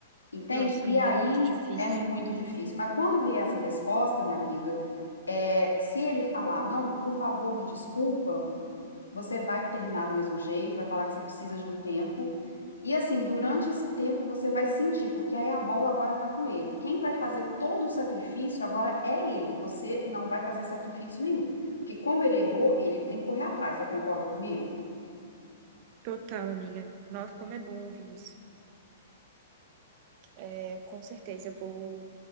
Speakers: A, on the left; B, on the right.
A: Entende?
B: Nossa,
A: E
B: amiga,
A: aí
B: é muito difícil.
A: é muito difícil. Mas quando vier essa resposta, minha amiga, é, se ele falar, não, por favor, me desculpa, você vai terminar do mesmo jeito, vai falar que você precisa de um tempo. E assim, durante esse tempo você vai sentir, porque aí a bola agora tá com ele. Quem vai fazer todo o sacrifício agora é ele. Você não vai fazer sacrifício nenhum. Porque como ele errou, ele que tem que correr atrás. Você concorda comigo?
B: Total, amiga. Nossa, como é bom ouvir isso. É, com certeza, eu vou,